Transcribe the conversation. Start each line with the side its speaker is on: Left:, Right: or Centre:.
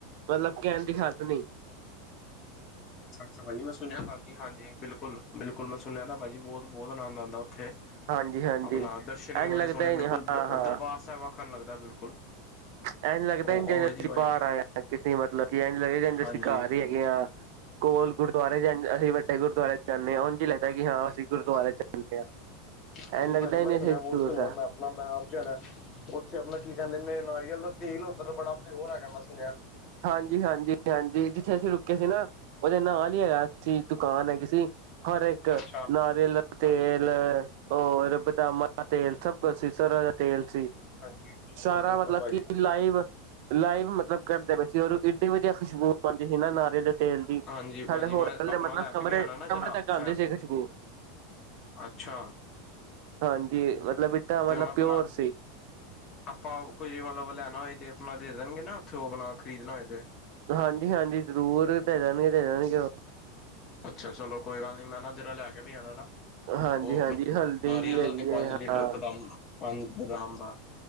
Right: ਮਤਲਬ ਕਹਿਣ ਦੀ ਹਦ ਨਹੀ
Left: ਅੱਛਾ -ਅੱਛਾਜੀ, ਸੁਣਿਆ ਭਾਜੀ ਹਾਂਜੀ, ਬਿਲਕੁਲ-ਬਿਲਕੁਲ ਮੈਂ ਸੁਣਿਆ ਭਾਜੀ ਬਹੁਤ-ਬਹੁਤ ਆਨੰਦ ਆਂਦਾ। ਤੇ ਆਪਣਾ
Right: ਹਾਂਜੀ ਹਾਂਜੀ
Left: ਦਰਸ਼ਨ ਵੀ
Right: ਇੰਝ
Left: ਬੜੇ
Right: ਲੱਗਦਾ
Left: ਸੋਹਣੇ
Right: ਹੀ ਨੀ,
Left: ਬਿਲਕੁਲ
Right: ਹਾਂ ਹਾਂ
Left: ਦਰਬਾਰ ਸਾਹਿਬ ਆਕਣ ਲਗਦਾ ਬਿਲਕੁਲ।
Right: ਐਂਜ ਲੱਗਦਾ
Left: ਉਹ ਉਵੇਂ
Right: ਅਸੀ
Left: ਜੀ ਵਾਈਬ
Right: ਬਾਹਰ ਆਏ ਕਿਸੇ ਮਤਲਬ ਕਿ ਐਂਜ ਲੱਗਦਾ
Left: ਹਾਂਜੀ।
Right: ਅਸੀ ਘਰ ਹੀ ਹੈਗੇ ਹਾਂ। ਕੋਲ ਗੁਰਦੁਆਰੇ ਅਸੀ ਵਡੇ ਗੁਰਦੁਆਰੇ ਜਾਂਦੇ ਹਾਂ ਉਹਝ ਲੱਦਾ ਕਿ ਹਾਂ ਅਸੀ ਗੁਰਦੁਆਰੇ ਚਲਦੇ ਹਾਂ।
Left: ਹਾਂਜੀ
Right: ਐਨ ਲੱਗਦਾ
Left: ਭਾਜੀ
Right: ਹੀ
Left: ਮੈਂ
Right: ਨਹੀਂ
Left: ਸੁਣਿਆ
Right: ਅਸੀਂ ਹਜ਼ੂਰ
Left: ਬਹੁਤ ਸੁਣਿਆ
Right: ਸਾਹਿਬ
Left: ਮੈ ਆਪਣਾ ਮੈ ਆਪ ਜਾਣਾ ਉਥੇ ਆਪਣਾ ਕੀ ਕਹਿਦੇ ਨੇ ਨਾਰੀਅਲ ਦਾ ਤੇਲ ਉਧਰ ਬੜਾ ਪਿਓਰ ਹੈਗਾ ਮੈਂ ਸੁਣ
Right: ਹਾਂਜੀ-ਹਾਂਜੀ-ਹਾਂਜੀ ਜਿਥੇ ਅਸੀ ਰੁਕੇ ਸੀ ਨਾ ਉਹਦੇ ਨਾਲ ਹੈਗਾ ਦੁਕਾਨ ਹੈਗੀ ਸੀ ਹਰ ਇਕ
Left: ਅੱਛਾ।
Right: ਨਾਰੀਅਲ ਤੇਲ
Left: ਹਾਂਜੀ
Right: ਹੋਰ ਬਦਾਮਾਂ ਤੇਲ ਸਭ ਕੁਝ ਸੀ ਸਰੋ ਦਾ ਤੇਲ ਸੀ।
Left: ਹਾਂਜੀ ਬਿਲਕੁਲ
Right: ਸਾਰਾ
Left: ਬਿਲਕੁਲ
Right: ਮਤਲਬ
Left: ਭਾਜੀ
Right: ਕਿ
Left: ਬਿਲਕੁਲ।
Right: ਲਾਈਵ- ਲਾਈਵ ਮਤਲਬ ਕਢਦੇ ਪਏ ਇਏਡੀ ਵਧੀਆ ਖੁਸ਼ਬੂ ਆਉਦੀ ਸੀ ਨਾ ਨਾਰੀਅਲ ਦੇ ਤੇਲ ਦੀ।
Left: ਹਾਂਜੀ
Right: ਸਾਡੇ
Left: ਭਾਜੀ
Right: ਹੋਟਲ
Left: ਮੈਂ ਆਪਣਾ
Right: ਦੇ ਮਤਲਬ
Left: ਲੈ
Right: ਕਮਰੇ-ਕਮਰੇ
Left: ਕੇ ਵੀ ਆਣਾ ਨਾ ਜਰਾ
Right: ਤਕ ਆਉਦੇ
Left: ਫੈ
Right: ਸੀ ਖੁਸ਼ਬੂ।
Left: ਅੱਛਾ।
Right: ਹਾਂਜੀ। ਮਤਲਬ ਇੱਦਾਂ ਮਤਲਬ
Left: ਤੇ ਮੈ ਆਪਣਾ
Right: ਪਿਓਰ ਸੀ
Left: ਆਪਾ ਕੁਝ ਮਤਲਬ ਲੈਣਾ ਹੋਏ ਤੇ ਆਪਣਾ ਦੇ ਦੇਣਗੇ ਨਾ ਉਥੇ ਉਹ ਆਪਣਾ ਖਰੀਦਣਾ ਹੋਏ ਤੇ।
Right: ਹਾਂਜੀ-ਹਾਂਜੀ ਜ਼ਰੂਰ ਦੇ ਦੇਣਗੇ ਦੇ-ਦੇਣਗੇ ਉਹ
Left: ਅੱਛਾ, ਚਲੋ ਕੋਈ ਗੱਲ ਨੀ ਮੈਂ ਜਰਾ ਲੈ ਕੇ ਵੀ ਆਉਣਾ ਨਾ।
Right: ਹਾਂਜੀ
Left: ਉਹ ਆਪਣਾ
Right: ਹਾਂਜੀ
Left: ਕੀ
Right: ਹਲਦੀ
Left: ਕਹਿੰਦੇ ਨਾਰੀਅਲ
Right: ਵੀ ਹੈਗੀ
Left: ਦਾ ਤੇ ਪੰਜ
Right: ਹੈ
Left: ਲੀਟਰ
Right: ਹਾਂ
Left: ਬਦਾਮ ਪੰਜ ਬਦਾਮਾ ਦਾ।